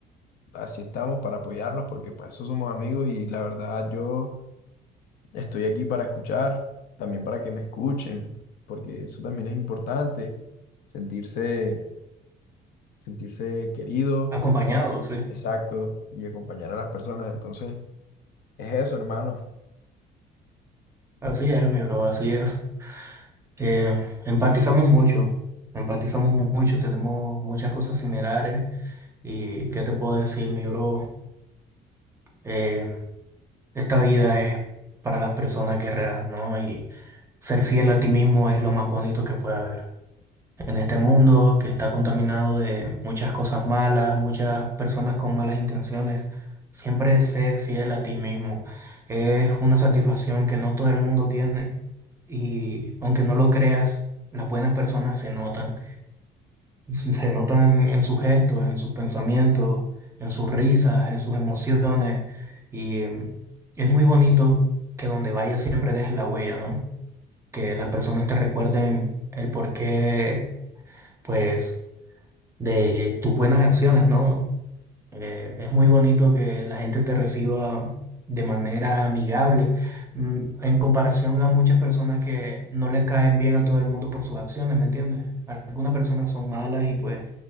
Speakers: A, on the left; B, on the right.
A: así estamos para apoyarnos porque para eso somos amigos y la verdad yo estoy aquí para escuchar, también para que me escuchen, porque eso también es importante, sentirse, sentirse querido,
B: Acompañado, sí.
A: exacto, y acompañar a las personas. Entonces, es eso, hermano.
B: Así es, mi bro, así es. Eh, empatizamos mucho, empatizamos mu- mucho, tenemos muchas cosas similares. ¿Y qué te puedo decir, mi bro? Eh, esta vida es para las personas guerreras, ¿no? Y ser fiel a ti mismo es lo más bonito que puede haber en este mundo que está contaminado de muchas cosas malas, muchas personas con malas intenciones, siempre sé fiel a ti mismo. Es una satisfacción que no todo el mundo tiene y aunque no lo creas, las buenas personas se notan. <laughs> Se se notan en sus gestos, en sus pensamientos, en sus risas, en sus emociones y em, es muy bonito que donde vayas siempre dejes la huella, ¿no? Que las personas te recuerden el por qué, pues de tus buenas acciones, ¿no? Eh, es muy bonito que la gente te reciba de manera amigable, mm, en comparación a muchas personas que no le caen bien a todo el mundo por sus acciones, ¿me entiendes? Algunas personas son malas y pues